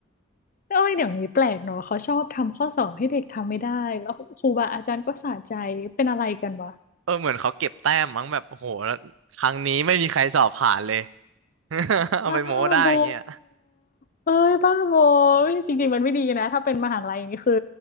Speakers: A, on the left (about 45°); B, on the right (about 80°).
A: เอ้ยเดี๋ยวนี้แปลกเนาะเขาชอบทำข้อสอบให้เด็กทำไม่ได้แล้วครูบาอาจารย์ก็สะใจเป็นอะไรกันวะ
B: เออเหมือนเขาเก็บแต้มมั้งแบบโอ้โหแล้วครั้งนี้ไม่มีใครสอบผ่านเลย <laughs> เอาไปโม้ได้อย่างเงี้ย
A: บ้าบอเอ้ยบ้าบอเฮ้ยจริงๆ มันไม่ดีนะ ถ้าเป็นมหาลัยนี่คือ